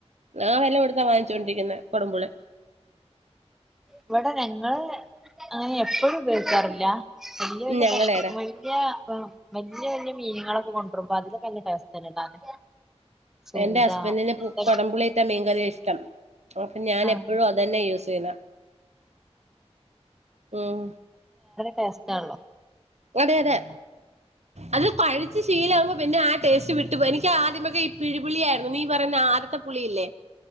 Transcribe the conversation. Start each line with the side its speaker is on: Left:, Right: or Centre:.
Right: ആ വല്ല കൊടുത്താ വാങ്ങിച്ചോണ്ടിരിക്കുന്ന കൊടമ്പുളി
Centre: ഇവിടെ ഞങ്ങള് അങ്ങനെ എപ്പോഴും ഉപയോഗിക്കാറില്ല വല്യ വല്യ
Right: ഞങ്ങളേടെ
Centre: കഷ്ട വല്യ വല്യ വല്യ മീനങ്ങളൊക്കെ കൊണ്ടുവരുമ്പോ അതില് നല്ല ടെസ്റ്റ് ഇടാന് സൂത
Right: എന്റെ ഹസ്ബൻറിന്
Centre: അങ്ങനത്തെ
Right: കൊടംപുളി ഇട്ട മീൻകറിയാ ഇഷ്ടം അപ്പൊ ഞാൻ
Centre: ആഹ്
Right: എപ്പോഴും അതന്നെ യൂസ് ചെയ്യുനാ ഉം
Centre: ടെസ്റ്റാല്ലോ
Right: അതെ അതെ അത് കഴിച്ച് ശീലമാകുമ്പോ പിന്നെ ആ ടേസ്റ്റ് വിട്ട എനിക്ക് ആദ്യമൊക്കെ ഈ പിഴിപിളിയ നീ പറഞ്ഞ ആദ്യത്തെ പുളിയില്ലേ